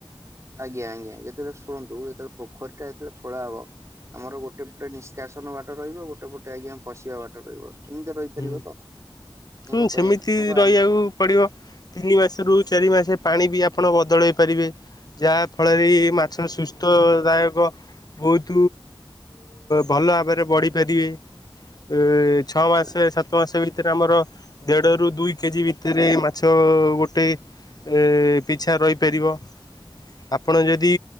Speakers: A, on the right; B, on the left.
A: ଆଜ୍ଞା ଆଜ୍ଞା ଯେତେବେଳେ ଶୁଣନ୍ତୁ ଯେତେବେଳେ ପୋଖରି ଟା ଯେତେବେଳେ ଖୋଳା ହବ ଆମର ଗୋଟେ ପଟେ ନିଷ୍କାସନ ବାଟ ରହିବ ଗୋଟେ ପଟେ ଆଜ୍ଞା ପଶିବା ବାଟ ରହିବ କେମିତି ରହିପାରିବ
B: ହୁଁ
A: ତ ଧର
B: ହୁଁ
A: ଦୟା
B: ସେମିତି
A: ଧର
B: ରହିବାକୁ
A: ଆମେ
B: ପଡିବ ତିନି ମାସରୁ ଚାରି ମାସ ପାଣି ବି ଆପଣ ବଦଳାଇ ପାରିବେ ଯାହାଫଳରେ ମାଛ ସୁସ୍ଥଦାୟକ ବହୁତ ଭଲ ଭାବରେ ବଢ଼ିପାରିବେ ଏ ଛଅ
A: ଆଜ୍ଞା
B: ମାସ ଭୀତ ମାସ ଭିତରେ ଆମର ଦେଢ଼ରୁ ଦୁଇ କେଜି ଭି ସେଥିରେ ମାଛ ଗୋଟେ ଏ ପିଛା ରହିପାରିବ ଆପଣ ଯଦି